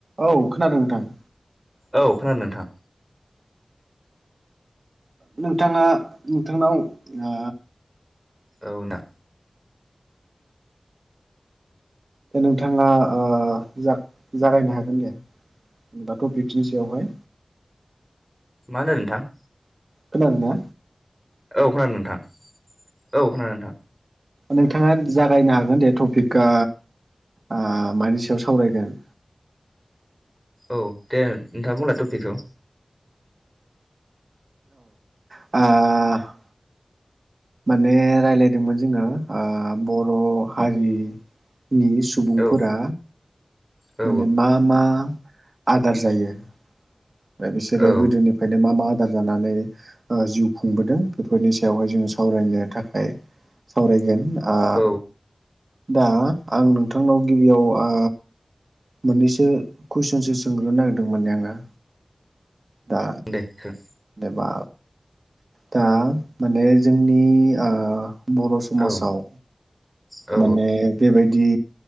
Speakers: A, on the right; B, in the centre.
A: औ खोनादों नोंथां।
B: औ खोनादों नोंथां।
A: नोंथाङा नोंथांनाव आ
B: औ ना
A: दा नोंथांङा ओ जाग-जागायनो हागोन दे। बाथौ पिकनि सायावहाय।
B: मा होनो नोंथां।
A: खोनादों ना।
B: औ खोनादों नोंथां औ खोनादों नोंथां।
A: नोंथाङा जागायनो हागोन दे टपिकआ। आ‌ मानि सायाव सावरायगोन।
B: औ दे नोंथां बुंला टपिकखौ।
A: आ माने रायज्लायदोंमोन जोंङो आं बर हारि नि सुबुंफोरा
B: औ औ
A: माने मा मा। आदार जायो। दा बिसोरो
B: औ
A: गोदोनिफ्रायनो मा मा। आदार जानानै ओ जिउ खुंबोदों बेफोरनि सायावहाय जों सावरायनो थाखाय सावरायगोन आ
B: औ
A: दा आं नोंथांनाव गिबियाव आ मोननैसो कुइसनसो सोंग्रोनो नागिरदोंमोन दै आंङो। दा
B: दे सों
A: एबा दा माने जोंनि ओ बर समाजाव
B: औ औ
A: माने बेबायदि